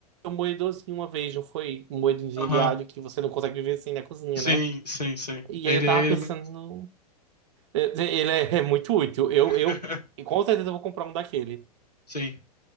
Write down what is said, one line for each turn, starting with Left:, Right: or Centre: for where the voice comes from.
Right: um moedorzinho uma vez, não foi? Um moedinho
Left: Aham.
Right: de alho que você não consegue viver sem na cozinha,
Left: Sim,
Right: né?
Left: sim, sim.
Right: E
Left: Ele,
Right: aí eu tava
Left: é ele...
Right: pensando.
Left: mesmo.
Right: no- é, Ele é, é muito útil. Eu,
Left: <laughs>
Right: eu e com certeza eu vou comprar um daquele.
Left: Sim.